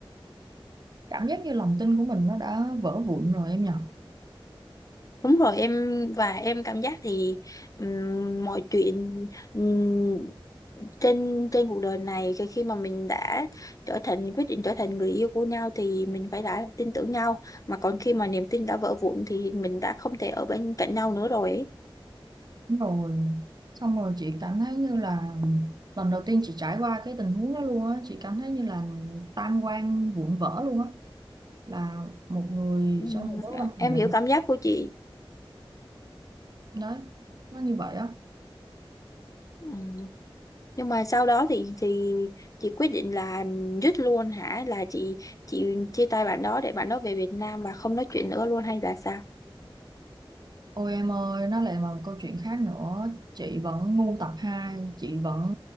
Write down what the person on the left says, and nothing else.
Đúng rồi em và em cảm giác thì ừm, mọi chuyện ừm, trên trên cuộc đời này khi khi mà mình đã trở thành quyết định trở thành người yêu của nhau thì mình phải đã tin tưởng nhau mà còn khi mà niềm tin đã vỡ vụn thì mình đã không thể ở bên cạnh nhau nữa rồi ấy.
Ừm,
dạ,
em
hiểu cảm giác của chị
Ừm, nhưng mà sau đó thì thì chị quyết định là dứt luôn hả là chị chị chia tay bạn đó để bạn đó về Việt Nam và không nói chuyện nữa luôn hay là sao